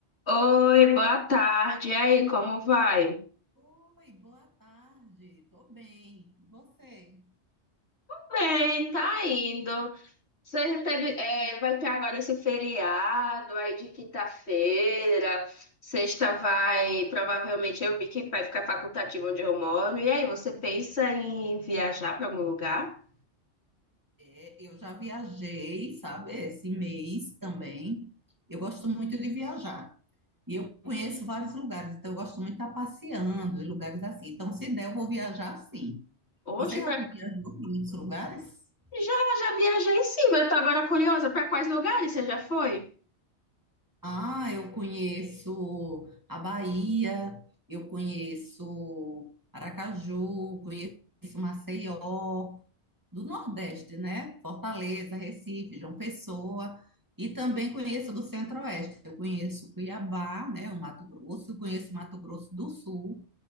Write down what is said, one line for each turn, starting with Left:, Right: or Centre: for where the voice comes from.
Left: Oi, boa tarde. E aí, como vai?
Right: Oi, boa tarde. Tô bem. E você?
Left: Bem, tá indo. Você já teve, é, vai ter agora esse feriado aí de quinta-feira. Sexta vai, provavelmente eu vi que vai ficar facultativo onde eu moro. E aí, você pensa em viajar para algum lugar?
Right: É, eu já viajei, sabe, esse mês também. Eu gosto muito de viajar. E eu conheço vários lugares, então eu gosto muito de estar passeando em lugares assim. Então, se der, eu vou viajar sim.
Left: Oxe,
Right: Você já
Left: pra...
Right: viajou para muitos lugares?
Left: já, já viajei sim, mas eu tô agora curiosa. Para quais lugares você já foi?
Right: Ah, eu conheço a Bahia, eu conheço Aracaju, conheço Maceió, do Nordeste, né? Fortaleza, Recife, João Pessoa, e também conheço do Centro-Oeste. Eu conheço Cuiabá, né, o Mato Grosso, conheço Mato Grosso do Sul,